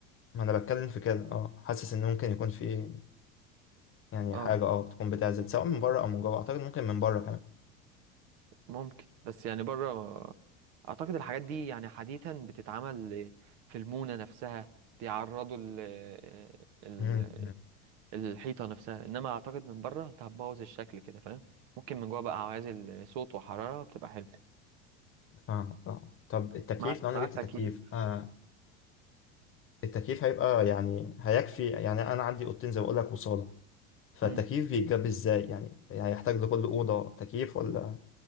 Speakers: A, on the left; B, on the right.
A: ما انا بتكلم في كده اه حاسس ان ممكن يكون في يعني
B: اه
A: حاجة اه تكون بتعزل سواء من بره او من جوه اعتقد ممكن من بره كمان
B: ممكن بس يعني بره اعتقد الحاجات دي يعني حديثا بتتعمل في المونة نفسها بيعرضوا ال ال
A: مم.
B: الحيطة نفسها انما اعتقد من بره انت هتبوظ الشكل كده فاهم ممكن من جوه بقى عوازل صوت وحرارة بتبقى حلوة
A: فاهمك اه طب التكييف
B: مع
A: لو انا
B: مع
A: جبت
B: التأكيد
A: تكييف آه التكييف هيبقى يعني هيكفي يعني انا عندي اوضتين زي ما بقول لك وصاله فالتكييف
B: امم
A: بيتجاب ازاي يعني يعني هيحتاج لكل اوضه تكييف ولا